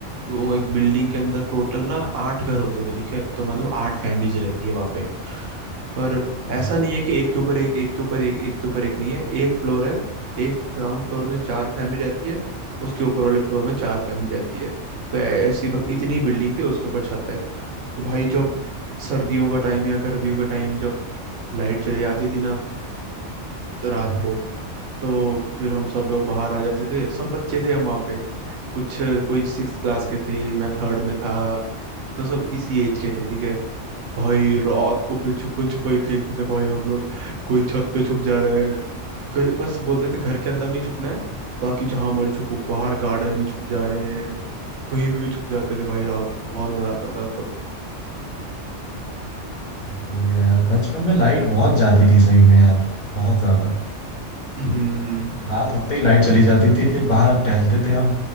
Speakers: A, on the right; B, on the left.
A: वो एक बिल्डिंग के अंदर टोटल ना आठ घर होते थे ठीक है तो मतलब आठ फैमिलीज रहती है वहाँ पे और
B: हाँ
A: ऐसा
B: हाँ
A: नहीं है कि एक के ऊपर एक एक के ऊपर एक एक के ऊपर एक नहीं है एक फ्लोर है एक ग्राउंड फ्लोर में चार फैमिली रहती है उसके ऊपर वाले फ्लोर में चार फैमिली रहती है तो ऐ- ऐसी बस इतनी बिल्डिंग थी उसके ऊपर छत है तो भाई जब सर्दियों का टाइम या गर्मियों का टाइम जब लाइट चली जाती थी ना तो रात
B: हाँ हाँ।
A: को तो फिर हम सब लोग बाहर आ जाते थे सब बच्चे थे हम वहाँ पे कुछ कोई सिक्स क्लास के थे मैं थर्ड में था तो सब इसी एज के थे ठीक है भाई रात को फिर छुपन छुपाई खेलते थे भाई हम लोग कोई छत पे छुप जा रहे हैं कहीं बस बोलते थे घर के अंदर नहीं छुपना है बाकी जहां मर्जी छुपो बाहर गार्डन में छुप जा रहे हैं कहीं पे भी छुप जाते थे भाई रात बहुत मजा आता था तब
B: बहुत बढ़िया यार बचपन में लाइट बहुत जाती थी सही में यार बहुत ज्यादा
A: हम्म
B: रात होते ही लाइट चली जाती थी फिर बाहर टहलते थे हम